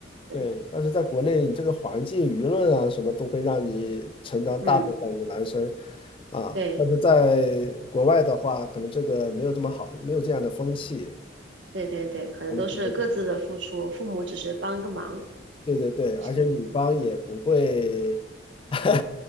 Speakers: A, on the right; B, on the left.
A: 对，
B: 对。但是在国内，你这个环境、舆论啊什么都会让你承担大部分的男生
A: 嗯，
B: 啊，
A: 对。
B: 但是在国外的话，可能这个没有这么好，没有这样的风气。
A: 对对对，可能都是各自的付出，
B: 他们可能
A: 父母只是帮个忙，
B: 对对对，
A: 不行不，
B: 而且女方也不会 <laughs>